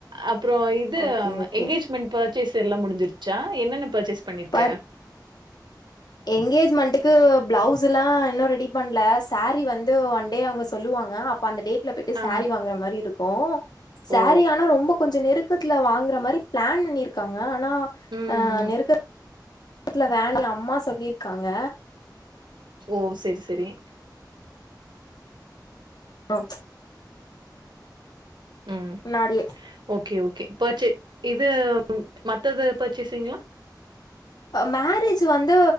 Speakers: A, on the right (about 75°); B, on the left (about 65°).
A: அப்புறோ இது
B: okay okay
A: engagement purchase எல்லா முடிஞ்சிருச்சா என்னென்ன பர்ச்சேஸ் பண்ணிருக்க
B: பர் எங்கேஜ்மெண்ட்டுக்கு பிளவுஸ் எல்லா இன்னு ரெடி பணல சாரீ வந்து ஒன் டே அவங்க சொல்லுவாங்க அப் அந்த டேட்ல போய்ட்டு
A: ஆ
B: சேரீ வாங்குற மாரி இருக்கு சாரீ
A: ஓ
B: ஆனா ரொம்ப கொஞ்ச நெரு க்கத்துல வாங்கர மாரி பிளான் பண்ணிருக்காங்க ஆனா
A: ம்
B: அ
A: ம்
B: நெருக்க த்துல வேண்டா அம்மா சொல்லியிருக்காங்க
A: ஓ செரி செரி
B: ஓ
A: ம்
B: முன்னாடியே
A: ஓகே ஓகே பர்ச்சே இது மத்தது பர்ச்சேஸிங்ளா
B: ஆ மேரேஜ் வந்து